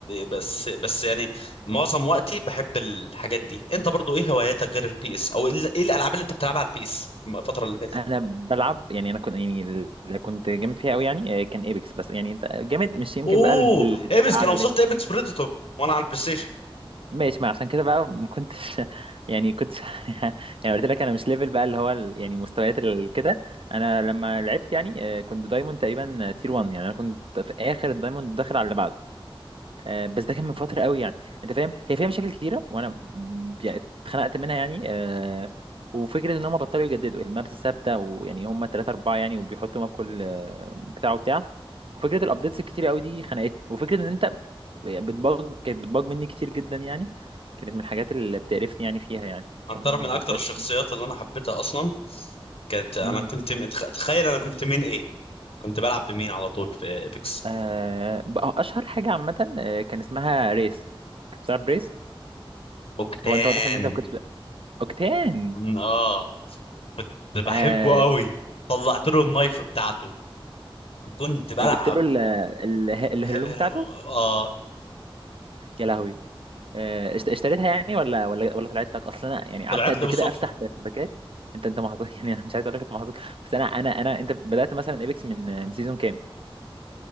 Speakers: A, on the left; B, on the right.
A: بس بس يعني معظم وقتي بحب الحاجات دي انت برضو ايه هواياتك غير البي اس او ال- ايه الالعاب اللي انت بتلعبها على البي اس الفتره اللي فاتت
B: انا بلعب يعني انا كنت يعني اللي كنت جامد فيها قوي يعني آه، كان ايبكس بس يعني انت جامد مش يمكن
A: اوه
B: بقى الاعلى
A: ايبكس كان وصلت ايبكس بريدتور وانا على البلاي ستيشن
B: ماشي ما عشان كده بقى ما كنتش <laughs> يعني كنتش <laughs> يعني قلت لك انا مش ليفل بقى اللي هو ال- يعني مستويات ال- كده انا لما لعبت يعني آه، كنت دايموند تقريبا تير 1 يعني انا كنت في اخر الدايموند داخل على اللي بعده آه، بس ده كان من فترة قوي يعني انت فاهم هي فيها مشاكل كتيرة وانا م- يعني اتخنقت منها يعني آه، وفكرة ان هم بطلوا يجددوا المابس ثابتة ويعني هم تلاتة اربعة يعني وبيحطوا ماب كل آه، بتاع وبتاع وفكرة الابديتس الكتيرة قوي دي خنقتني وفكرة ان انت يعني بتباج كانت بتباج مني كتير جدا يعني كانت من الحاجات اللي بتقرفني يعني فيها يعني
A: اعترف
B: آه،
A: من اكتر
B: بس
A: الشخصيات اللي انا حبيتها اصلا كانت انا
B: امم
A: كنت م- تخ- تخيل انا كنت مين ايه كنت بلعب بمين على طول في ايبكس
B: آه، بقى اشهر حاجة عامة آه، كان اسمها ريس كنت بتلعب ريس
A: اوكتان
B: هو انت واضح ان انت ما كنتش اوكتان
A: م- اه كنت بحبه
B: آه،
A: قوي طلعت له النايف بتاعته كنت بلعب
B: جبت له ال- ال- الهدوم
A: <laughs>
B: بتاعته
A: اه
B: يا لهوي آه، اشت- اشتريتها يعني ولا ولا ولا طلعت لك اصلا انا يعني قعدت
A: طلعت
B: قد
A: لي بالصدفه
B: كده افتح في الباكات انت انت محظوظ <laughs> يعني انا مش عايز اقول لك انت محظوظ بس انا انا انا انت بدات مثلا ايبكس من من سيزون كام